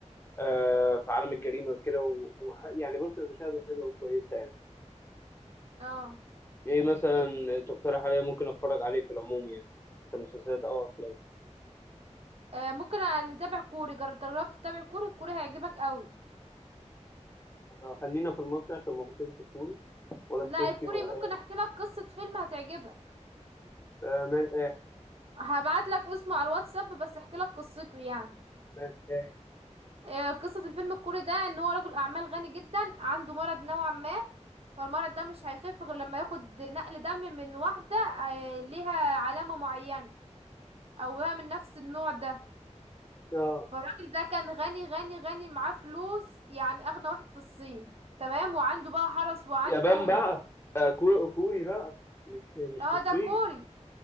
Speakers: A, on the left (about 20°); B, on the right (about 55°).
A: آه في عالم الجريمة كده و- وح- يعني بص المشاهدة حلوة وكويسة يعني
B: اه
A: إيه مثلا تقترح عليا ممكن أتفرج عليه في العموم يعني كمسلسلات أو أفلام
B: آه، ممكن نتابع كوري جر- جربت تتابع كوري الكوري هيعجبك قوي
A: آه، خلينا في المصري عشان ما بطلش كوري ولا
B: لا
A: التركي
B: الكوري
A: ولا
B: ممكن
A: إيه
B: احكي لك قصة فيلم هتعجبك
A: آه ماشي إيه
B: هبعت لك اسمه على الواتساب بس احكي لك قصته يعني
A: ماشي إيه
B: آه، قصة الفيلم الكوري ده ان هو رجل اعمال غني جدا عنده مرض نوعا ما فالمرض ده مش هيخف غير لما ياخد نقل دم من واحدة آه، ليها علامة معينة او بقى من نفس النوع ده
A: آه،
B: فالراجل ده كان غني غني غني معاه فلوس يعني اغنى واحد في الصين تمام وعنده بقى حرس وعنده
A: يابان بقى آه كو- كوري بقى مش مش
B: اه
A: في الصين
B: ده كوري